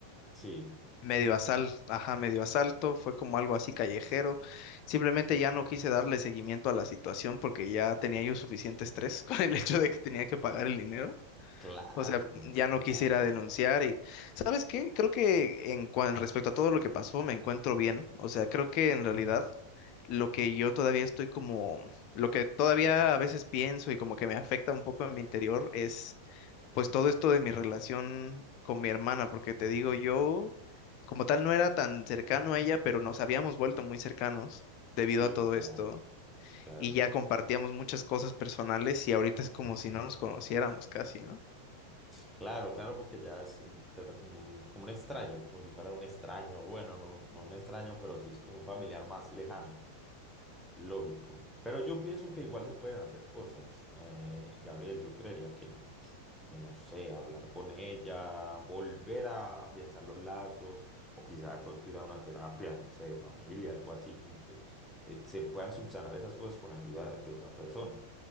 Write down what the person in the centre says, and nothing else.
Sí.
Mm,
Claro,
claro.
Sí,
claro,
claro.
Claro, claro, porque ya es- te trata como un, como un extraño, como si fuera un extraño, bueno, no, no un extraño, pero sí es como un familiar más lejano. Lógico. Pero yo pienso que igual se pueden hacer cosas. eh, Gabriel, yo creería que, que no sé, hablar con ella, volver a afianzar los lazos, o quizá de pronto ir a una terapia, no sé, de familia, algo así, como que eh, se puedan subsanar esas cosas con ayuda de otra persona.